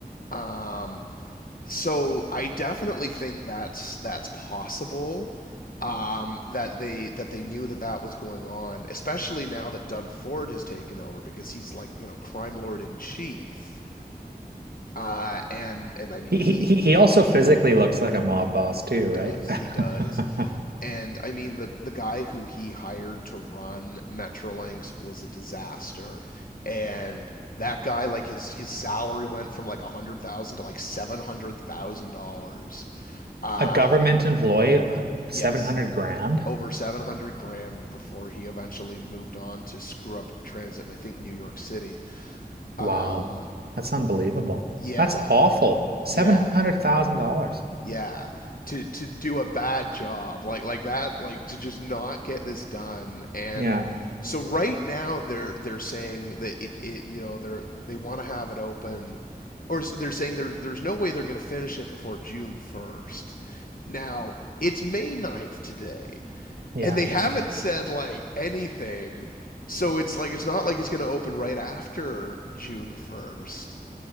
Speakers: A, on the left (about 60°); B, on the right (about 75°).
A: Um, so I definitely think that's that's possible. Um, that they that they knew that that was going on, especially now that Doug Ford has taken over because he's like you know crime lord in chief. Uh, and and I mean
B: He
A: he
B: he he also physically looks like a mob boss too,
A: he does
B: right? <laughs>
A: he does And I mean, the the guy who he hired to run Metrolinx was a disaster. And that guy, like his his salary went from like a hundred thousand dollars to like seven hundred thousand dollars. Uh
B: A government employee, uh,
A: yes,
B: 700 grand.
A: over seven hundred grand before he eventually moved on to screw up transit in I think New York City.
B: Wow.
A: Um,
B: That's unbelievable.
A: yeah,
B: That's awful. $700,000.
A: yeah. Yeah, to to do a bad job like like that, like to just not get this done. And
B: Yeah.
A: so right now they're they're saying that it, it you know they're they want to have it open, or s- they're saying there's there's no way they're going to finish it before June 1st. Now it's May ninth today,
B: Yeah.
A: and they haven't said like anything. So it's like it's not like it's going to open right after June 1st